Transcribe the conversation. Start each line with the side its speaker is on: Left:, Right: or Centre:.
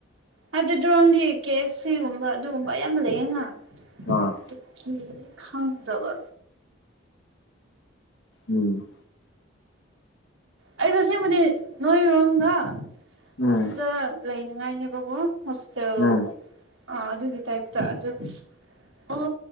Right: ꯍꯥꯏꯕꯗꯤ ꯗ꯭ꯔꯣꯟꯝꯒꯤ ꯀꯦ ꯑꯦꯐ ꯁꯤꯒꯨꯝꯕ ꯑꯗꯨꯒꯨꯝꯕ ꯑꯌꯥꯝꯕ ꯂꯩꯌꯦ ꯉꯍ
Left: ꯑꯥ
Right: ꯀ ꯈꯥꯟꯗꯕ
Left: ꯎꯝ
Right: ꯑꯩ ꯇꯁꯦꯡꯕꯗꯤ ꯅꯣꯏꯔꯣꯝꯗ
Left: ꯎꯝ
Right: ꯑꯗꯨꯗ ꯂꯩꯅꯤꯉꯥꯏꯅꯦꯕꯀꯣ ꯍꯁ
Left: ꯎꯝ
Right: ꯑ ꯑꯗꯨꯒꯤ ꯇꯥꯏꯞ ꯇ ꯑꯗꯨ ꯑꯣ